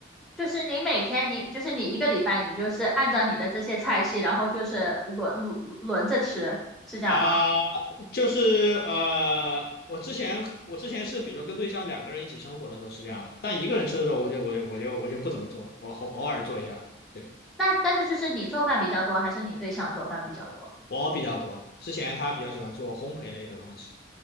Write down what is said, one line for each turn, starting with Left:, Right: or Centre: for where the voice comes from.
Centre: 就是你每天你就是你一个礼拜你就是按照你的这些菜系，然后就是轮轮着吃，是这样吗？
Left: 啊、就是呃，我之前我之前是，比如说跟对象两个人一起生活的时候是这样的，但一个人吃的时候我就我就我就我就不怎么做，我偶偶尔做一下，对，
Centre: 那真的就是你做饭比较多，还是你对象做饭比较多？
Left: 我比较多。之前他比较喜欢做烘焙类的东西，